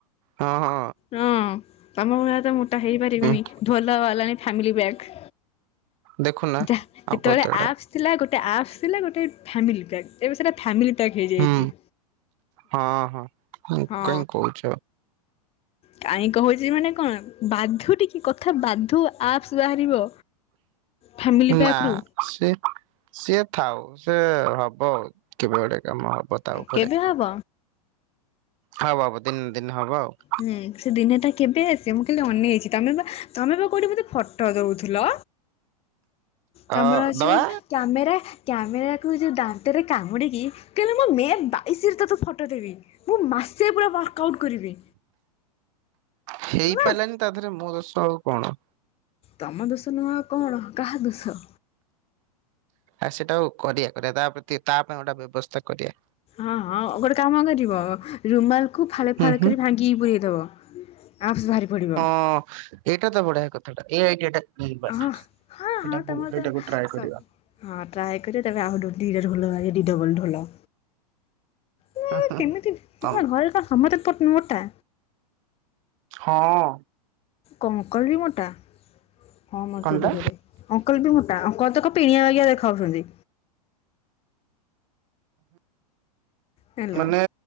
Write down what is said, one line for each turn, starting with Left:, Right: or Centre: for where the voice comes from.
Right: ହଁ ହଁ।
Left: ହଁ ତମ ଭଳିଆ ତ ମୋଟା ହେଇପାରିବିନି
Right: ହୁଁ
Left: ଢୋଲା ବାଲାଣି ଫାମିଲି ବାଗ।
Right: ଦେଖୁନା
Left: ଯେତେବେଳେ
Right: ଅଭଦ୍ରଟା
Left: ଆପ୍ସ ଥିଲା ଗୋଟେ ଆପ୍ସ ଥିଲା ଗୋଟେ ଫାମିଲି ପ୍ୟାକ। ଏବେ ସେଇଟା ଫାମିଲିପ୍ୟାକ୍ ହେଇଯାଇଛି
Right: ହୁଁ ହଁ ହଁ
Left: ହଁ।
Right: କାହିଁ କହୁଛ
Left: କାଇଁ କହୁଛି ମାନେ କଣ ବାଧୁ ଟିକେ କଥା ବାଧୁ ଆପ୍ସ ବାହାରିବ। ଫ୍ୟାମିଲି ପ୍ୟାକ୍
Right: ନା
Left: ରୁ
Right: ସିଏ ସିଏ ଥାଉ ସି ହବ ଆ କେବେ ଗୋଟେ। ମ ହବ ତାଉ ଉପରେ
Left: କେବେ ହବ?
Right: ହବ ହବ ଦିନ ଦିନ ହବ ଆଉ
Left: ହୁଁ ସେ ଦିନେଟା କେବେ ଆସିବେ ମୁଁ କହିଲେ ଅନେଇଛି ତମେ ବା ତମେ ବା କଉଠି ମୋତେ ଫଟୋ ଦଉଥିଲ କାମରା
Right: ଅ
Left: ଅଛିଉ
Right: ଦବା
Left: କ୍ୟାମେରା କ୍ୟାମେରା କକୁ ଯଉ ଦାନ୍ତରେ କାମୁଡ଼ିକି କହିଲଲେ ମୋ ମେ ବାଇଶରେ ତୋତ ଫଟୋ ଦେବି ମୁଁ ମାସେ ପୁରା ୱାର୍କ ଆଉଟ୍ କରିବି
Right: ହେଇପାରିଲାନି
Left: ହେଲା
Right: ତା ଦେହରେ ମୁୋ ଦର୍ଶ ଆଉ କଣ
Left: ତମ ଦୋଷ ନୂଆଁ କଣ କାହା ଦୋଷ
Right: ଆଉ ସେଇଟା କରିଦଆ କରିଦଆ ତା ତା ପାଇଁ ଗୋଟା ବ୍ୟବସ୍ଥା କରିଦଆ
Left: ହଁ ହଁ ଗୋଟେ କାମ କରିବ ରୁମାଲକୁ ଫାଳେ
Right: ହୁଁ
Left: ଫାଳେ
Right: ହୁଁ
Left: କରି ଭାଙ୍ଗିକି ପୁରଇଦେବ ଆଉଫସ ବାହାରି ପଡ଼ିବ
Right: ହଁ ଏଇଟା ତ ବଢିଆ କଥାଟା ଏଇାଇଟା ଏଇଟାକୁ
Left: ହଁ ହଁ ହଁ ତମର ତ
Right: ଟ୍ରାଏ
Left: ସବୁ
Right: କରିବା
Left: ହଁ ଟ୍ରାଇ କରେ ଆ ଡଲ ଢୋଲ ନା
Right: ହୁଁ ହୁଁ
Left: କେମିତି
Right: ତମ୍
Left: ତମ ଘରେ ସମର ପଟନ ମଟା
Right: ହଁ
Left: କଣ କଲି ମୋଟା ହଁ ମୋ
Right: କଣଟା
Left: ସେଠ ଘରେ ଅଙ୍କଲ ବି ମୋଟା ଅଙ୍କଲ ତ ତା କିଣିଆ ଆଗଆ ଦେଖାଉଛନ୍ତି ହ୍ୟାଲୋ।
Right: ମାନେ